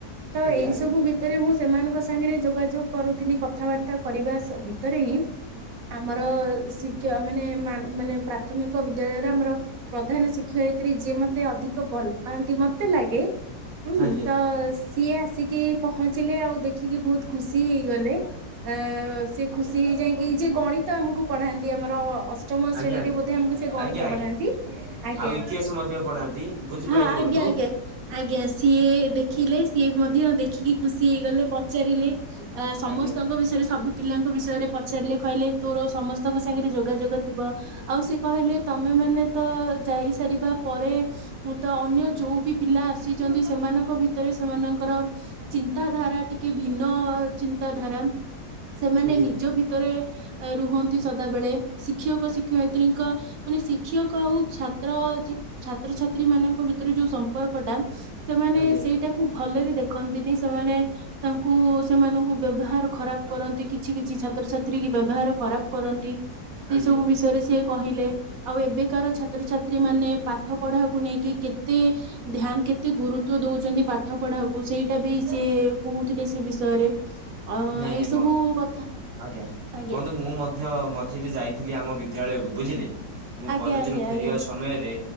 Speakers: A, on the right; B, on the right.
A: ତ ଏଇ
B: ଆଜ୍ଞା ଆଜ୍ଞା ଆଜ୍ଞା ଆଜ୍ଞା ଆଜ୍ଞା
A: ସବୁ ଭି ଭିତରେ ମୁଁ ସେମାନଙ୍କ ସାଙ୍ଗରେ ଯୋଗାଯୋଗ କରୁଥିଲି କଥାବାର୍ତ୍ତା କରିବା ଭିତରେ ହିଁ ଆମର ଶିକ୍ଷା ମାନେ ମାନେ ପ୍ରାଥମିକ ବିଦ୍ୟାଳୟରେ ଆମର ପ୍ରଧାନ ଶିକ୍ଷୟିତ୍ରୀ ଯିଏ ମତେ ଅଧିକ ଭଲ ପାଆନ୍ତି ମତେ ଲାଗେ ହୁଁ
B: ଆଜ୍ଞା
A: ତ ସିଏ ଆସିକି ପହଞ୍ଚିଲେ ଆଉ ଦେଖିକି ବହୁତ ଖୁସି ହେଇଗଲେ ଆ ସିଏ ଖୁସି ହେଇଯାଇକି ଯିଏ ଗଣିତ ଆମକୁ ପଢାନ୍ତି ଆମର ଅଷ୍ଟମ
B: ଆଜ୍ଞା
A: ଶ୍ରେଣୀ
B: ଆଜ୍ଞା
A: ବୋଧେ ଆମକୁ ସେ ଗଣିତ
B: ଆଜ୍ଞା
A: ପଢାନ୍ତି ଆଜ୍ଞା
B: ଆଉ ଇତିହାସ ମଧ୍ୟ ପଢାନ୍ତି ବୁଝିପାଇଲି
A: ହଁ ଆଜ୍ଞା
B: ବନ୍ଧୁ।
A: ଆଜ୍ଞା। ଆଜ୍ଞା ସିଏ ଦେଖିଲେ ସିଏ ମଧ୍ୟ ଦେଖିକି ଖୁସି ହେଇଗଲେ ପଚାରିଲେ ଆ ସମସ୍ତଙ୍କ
B: ଆଜ୍ଞା
A: ବିଷୟରେ ସବୁ ପିଲାଙ୍କ ବିଷୟରେ ପଚାରିଲେ କହିଲେ ତୋର ସମସ୍ତଙ୍କ ସାଙ୍ଗରେ ଯୋଗାଯୋଗ ଥିବ। ଆଉ ସେ କହିଲେ ତମେ ମାନେ ତ ଯାଇ ସାରିବା ପରେ ମୁଁ ତ ଅନ୍ୟ ଯୋଉ ବି ପିଲା ଆସିଛନ୍ତି ସେମାନଙ୍କ ଭିତରେ ସେମାନଙ୍କର ଚିନ୍ତାଧାରା ଟିକେ ଭିନ୍ନ ଚିନ୍ତାଧାରା ସେମାନେ
B: ଆଜ୍ଞା
A: ନିଜ ଭିତରେ ରୁହନ୍ତି ସଦାବେେଳେ ଶିକ୍ଷକ ଶିକ ଶିକ୍ଷୟତ୍ରୀଙ୍କ ମାନେ ଖିକ୍ ଶିକ୍ଷକ ଆଉ ଛାତ୍ର ଜି ଛାତ୍ରଛାତ୍ରୀ ମାନଙ୍କ ଭିତରେ ଯୋଉ ସମ୍ପର୍କଟା? ସେମାନେ
B: ଆଜ୍ଞା
A: ସେଇଟାକୁୁ ଭଲରେ ଦେଖନ୍ତିନି ସେମାନେ ତାଙ୍କୁ ସେମାନଙ୍କୁ ବ୍ୟବହାର ଖରାପ କରନ୍ତି କିଛି କିଛି ଛାତ୍ରଛାତ୍ରୀ କି ବ୍ୟବହାର ଖରାପ କରନ୍ତି। ସେ
B: ଆଜ୍ଞା
A: ସବୁ ବିଷୟରେ ସିଏ କହିଲେ ଆଉ ଏବେକାର ଛାତ୍ରଛାତ୍ରୀ ମାନେ ପାଠ ପଢାକୁ ନେଇକି କେତେ ଧ୍ୟାନ କେତେ ଗୁରୁତ୍ବ ଦଉଛନ୍ତି ପାଠ ପଢାକୁ ସେଇଟା ବି ସେ କହୁଥିଲେ ସେ ବିଷୟରେ। ଅ
B: ନାଇଁ
A: ଏଇ
B: ନାଇଁ
A: ସବୁ
B: ବନ୍ଧୁ
A: କଥା
B: ଆଜ୍ଞା।
A: ଆଜ୍ଞା।
B: ବନ୍ଧୁ ମୁଁ ମଧ୍ୟ ମଝିରେ ଯାଇଥିଲି ଆମ ବିଦ୍ୟାଳୟକୁ ବୁଝିଲେ। ମୁଁ
A: ଆଜ୍ଞା
B: କଲେଜ ରୁ ଫେରିବା
A: ଆଜ୍ଞା
B: ସମୟରେ